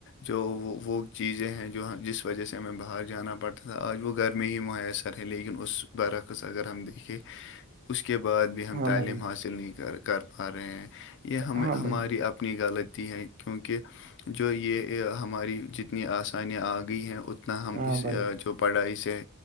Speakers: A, on the left (about 55°); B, on the right (about 40°).
A: جو وہ وہ چیزیں ہیں جو جس وجہ سے ہمیں باہر جانا پڑتا تھا آج وہ گھر میں ہی محیسر ہیں لیکن اس برعکس اگر ہم دیکھیں اس کے بعد بھی ہم
B: ہاں
A: تعلیم
B: بھائی
A: حاصل نہیں کر کر پا رہے ہیں یہ ہمیں
B: ہاں
A: ہماری
B: بھائی
A: اب اپنی غالط ہیں کیونکہ جو یہ ہماری جتنی آسانیاں آ گئی ہیں اتنی اتنا ہم
B: ہاں
A: اس
B: بھائی
A: جو پڑھائی سے